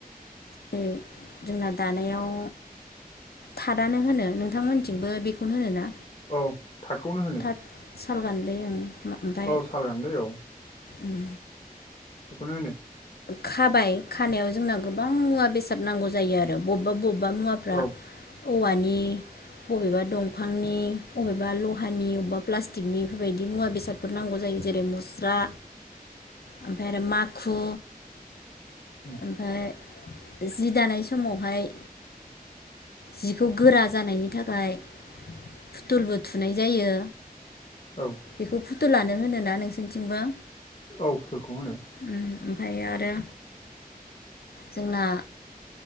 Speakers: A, on the left; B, on the left.
A: <unintelligible> जोंना दानायाव थादानो होनो नोंथांमोनथिंबो बेखौनो होनोना।
B: औ थाथखौनो होनो
A: थाद साल गान्दै ओं ओमफ्राय
B: औ साल गान्दै औ
A: उम।
B: बेखौनो होनो
A: खाबाय खानायाव जोंना गोबां मुवा बेसाद नांगौ जायो आरो बबेबा बबेबा मुवा फ्रा
B: औ
A: औवानि बबेबा दंफांनि बबेबा लहानि अबेबा प्लास्टिकनि बेफोरबायदि मुवा बेसाद बेफोर नांगौ जायो जेरै मुस्रा
B: <inaudible>
A: ओमफ्राय आरो माखु
B: <unintelligible>
A: ओमफ्राय जि दानाय समावहाय जिखौ गोरा जानायनि थाखाय फुथुलबो थुनाय जायो।
B: औ।
A: बेखौ फुथु लानो होनोोना नोंसोरनिथिंबो।
B: औ फुटुलखौ होनो।
A: उम ओमफ्राय आरो। जोंना